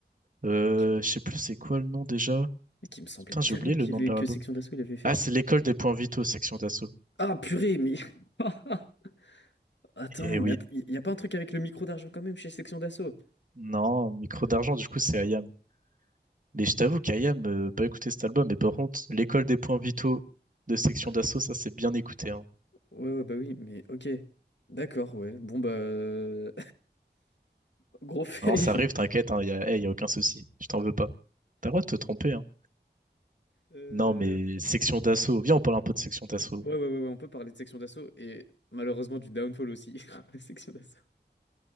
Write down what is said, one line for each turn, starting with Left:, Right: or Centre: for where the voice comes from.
Right: Euh,
Left: Mais qui,
Right: je sais plus c'est quoi le nom déjà.
Left: mais qui me semblait
Right: Putain, j'ai
Left: tellement
Right: oublié
Left: qu'il
Right: le nom
Left: y
Right: de
Left: avait
Right: leur
Left: que
Right: album.
Left: Section d'Assaut il avait fait.
Right: Ah, c'est l'école des points vitaux, section d'assaut.
Left: Ah purée, mais. <laughs> Attends,
Right: Eh
Left: mais
Right: oui.
Left: att- y y a pas un truc avec le micro d'argent quand même chez Section d'Assaut?
Right: Non, micro d'argent, du coup, c'est Ayam. Mais je t'avoue qu'Ayam, euh, pas écouté cet album, mais par contre, l'école des points vitaux de section
Left: Ah,
Right: d'assaut, ça c'est bien écouté, hein.
Left: ouais, ouais, bah oui, mais ok. D'accord, ouais. Bon bah. euh, <laughs> Gros fail.
Right: Non, ça arrive, t'inquiète, il y a, eh, y a aucun souci. Je t'en veux pas. T'as le droit de te tromper, hein.
Left: Euh,
Right: Non, mais section d'assaut. Viens, on parle un peu de section d'assaut.
Left: Ouais, ouais, ouais, ouais, on peut parler de Section d'Assaut et malheureusement du downfall aussi. <laughs> de Section d'Assaut.